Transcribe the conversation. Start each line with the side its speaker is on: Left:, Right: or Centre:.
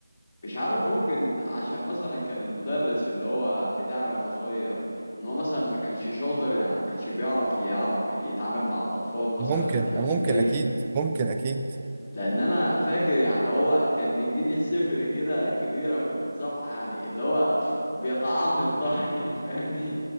Left: مش عارف ممكن عشان مثلا كان المدرس اللي هو بتاعي وانا صغير ان هو مثلا ما كانش شاطر يعني ما كانش بيعرف يعرف يتعامل مع الاطفال مثلا
Right: ممكن
Left: بشكل
Right: ممكن
Left: كبير
Right: اكيد ممكن اكيد
Left: لان انا فاكر يعني هو كان بيديني السفر كده كبيره في الصفحه يعني اللي هو بيطعني في ظهري <laughs> فاهمني